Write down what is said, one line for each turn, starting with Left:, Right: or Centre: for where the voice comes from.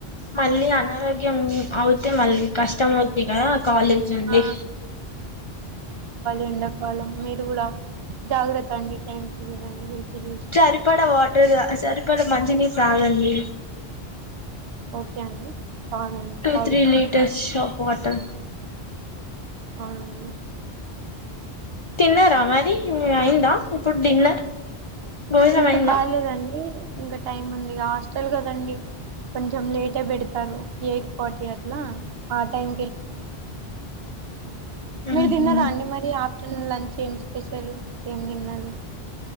Left: మళ్ళీ అనారోగ్యం. ఉమ్ అవుతే మళ్ళీ కష్టం ఔద్ది గదా కాలేజ్ ఉంది.
Right: ఆ ఎండకాలం మీరు గుడా. జాగ్రత్త అండి టైంకి తినండి హెల్త్ జుసుకోండి.
Left: సరిపడ వాటర్ సరిపడ మంచినీరు తాగండి.
Right: ఓకె అండి. తాగండి
Left: టూ
Right: తాగుతాం
Left: త్రీ లీటర్స్ ఆఫ్ వాటర్.
Right: ఔనండి.
Left: తిన్నరా మరి అయిందా ఇప్పుడు డిన్నర్. భోజనం
Right: ఇంక
Left: అయిందా
Right: కాలేదండి ఇంక టైమ్ ఉంది హాస్టల్ కదండి. కొంచం లేటే పెడతారు ఎయిట్ ఫార్టీ అట్లా ఆ టైం.
Left: ఉహు
Right: మీరు తిన్నరాండి మరి ఆహ్. తిన్నా లంచ్ ఏం స్పెషలు ఏం తిన్నారు.